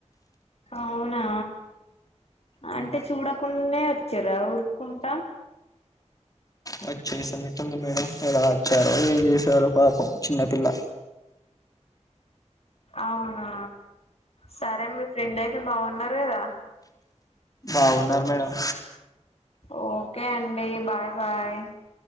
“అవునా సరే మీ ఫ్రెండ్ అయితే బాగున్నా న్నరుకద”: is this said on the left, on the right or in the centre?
Left